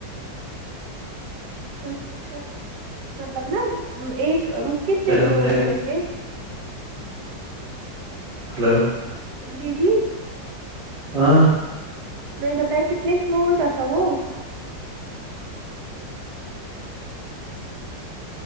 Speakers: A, on the right (about 65°); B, on the right (about 80°).
A: اچھا مطلب نا ایک کتنے
B: پھر
A: فلور
B: ہم نے
A: تھے اس کے
B: ہلو
A: جی جی
B: ہاں
A: میں نے بتایا کتنے فلور کا تھا وہ